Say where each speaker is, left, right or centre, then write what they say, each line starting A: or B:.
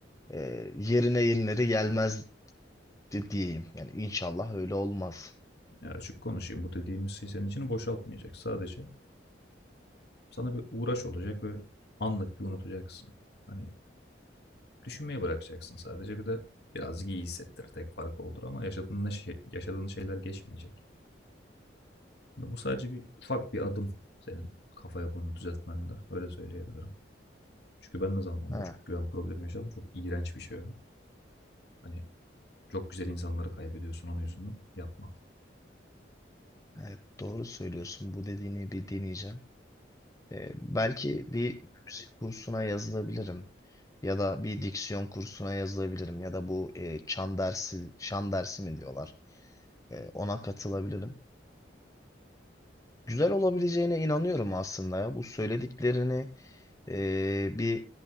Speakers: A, on the left; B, on the left.
A: e, yerine yenileri gelmez di- diyeyim. Yani inşallah öyle olmaz.
B: Ya açık konuşayım. Bu dediğimiz şey senin içini boşaltmayacak. Sadece sana bir uğraş olacak ve anlık bir unutacaksın. Hani düşünmeyi bırakacaksın sadece. Bir de birazcık iyi hissettir. Tek farkı olur ama yaşadığın, ne şey, yaşadığın şeyler geçmeyecek. Yani bu sadece bir ufak bir adım senin kafa yapını düzeltmende. Öyle söyleyebilirim. Çünkü ben de zamanında
A: Ha,
B: çok güven problemi yaşadım. Çok iğrenç bir şey o. Hani çok güzel insanları kaybediyorsun onun yüzünden. Yapma.
A: evet doğru söylüyorsun. Bu dediğini bir deneyeceğim. Ee, belki bir müzik kursuna yazılabilirim. Ya da bir diksiyon kursuna yazılabilirim. Ya da bu e, çan dersi, şan dersi mi diyorlar. E, ona katılabilirim. Güzel olabileceğine inanıyorum aslında ya. Bu söylediklerini e, bir